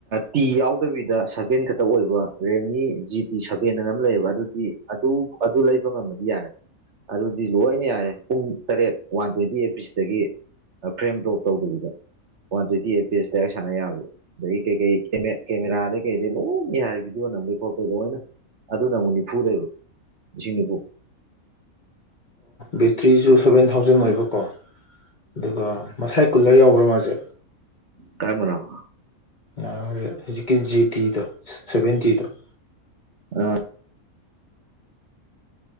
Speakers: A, on the right; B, on the left.
A: ꯇꯤ ꯌꯥꯎꯗꯕꯤꯗ ꯁꯚꯦꯟ ꯈꯛꯇ ꯑꯣꯏꯕ ꯔꯦꯜꯃꯤ ꯖꯤ ꯇꯤ ꯁꯚꯦꯟ ꯑꯅ ꯑꯃ ꯂꯩꯌꯦꯕ ꯑꯗꯨꯗꯤ ꯑꯗꯨ ꯑꯗꯨ ꯂꯩꯕ ꯉꯃꯗꯤ ꯌꯥꯔꯦ ꯑꯗꯨ ꯑꯗꯨꯗꯤ ꯂꯣꯏꯅ ꯌꯥꯔꯦ ꯄꯨꯡ ꯇꯔꯦꯠ ꯋꯥꯟ ꯇ꯭ꯋꯦꯟꯇꯤ ꯑꯦꯠ ꯄꯁꯤꯗꯒꯤ ꯐ꯭ꯔꯦꯝ ꯇꫭꯞ ꯇꯧꯗꯕꯤꯗ ꯋꯥꯟ ꯇ꯭ꯋꯦꯟꯇꯤ ꯑꯦꯠ ꯄꯦꯖꯇ ꯗꯥ ꯁꯥꯟꯅ ꯌꯥꯕꯤꯗ ꯑꯗꯒꯤ ꯀꯩꯀꯩ ꯀꯦꯃꯦꯔꯥꯗꯩ ꯀꯩꯗꯩ ꯂꯣꯏ ꯌꯥꯔꯦ ꯚꯤꯗꯤꯑꯣ ꯅꯝꯗꯩ ꯈꯣꯠꯄꯩ ꯂꯣꯏꯅ ꯑꯗꯨꯅ ꯑꯃꯨꯛ ꯅꯤꯐꯨꯗ ꯂꯩꯕ ꯂꯤꯁꯤꯡ ꯅꯤꯐꯨ
B: ꯕꯦꯇ꯭ꯔꯤꯁꯨ ꯁꯚꯦꯟ ꯊꯥꯎꯖꯟ ꯑꯣꯏꯕꯀꯣ ꯑꯗꯨꯒ ꯃꯁꯥꯏ ꯀꯨꯂꯔ ꯌꯥꯎꯕ꯭ꯔꯥ ꯃꯥꯖꯦ
A: ꯀꯔꯝꯕꯅꫭ
B: ꯌꯥꯔꯔꫭꯏ ꯍꯧꯖꯤꯛꯀꯤ ꯖꯤ ꯇꯤꯗꫭ ꯁꯦꯚꯦꯟꯇꯤꯗꫭ
A: ꯑ